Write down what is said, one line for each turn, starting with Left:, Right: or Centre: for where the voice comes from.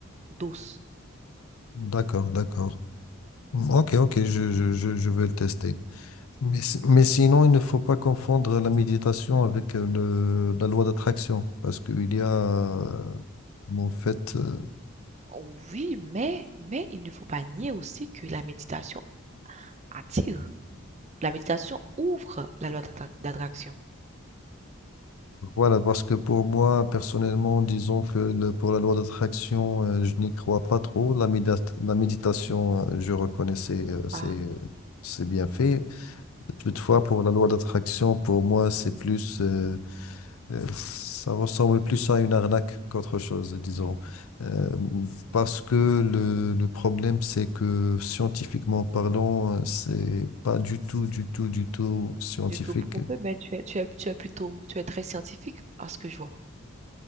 Right: douce.
Left: D'accord, d'accord. Ok, ok, je, je, je, je vais le tester. Mais, si- mais sinon, il ne faut pas confondre la méditation avec euh, le, la loi d'attraction, parce qu'il y a, euh, en fait, euh,
Right: Oui, mais, mais il ne faut pas nier aussi que la méditation attire. La méditation ouvre la loi d'attra- d'attraction.
Left: voilà, parce que pour moi, personnellement, disons que le- pour la loi d'attraction, euh, je n'y crois pas trop. La, méda- la méditation, euh, je reconnais ses, euh, ses,
Right: Ah,
Left: ses bienfaits. Toutefois, pour la loi d'attraction, pour moi, c'est plus... euh, Euh, Ça ressemble plus à une arnaque qu'autre chose, disons.
Right: Hmm.
Left: Euh, parce que le, le problème, c'est que scientifiquement parlant, euh, c'est pas du tout, du tout, du tout scientifique.
Right: du tout prouvé, mais tu es, tu es, tu es plutôt, tu es très scientifique à ce que je vois.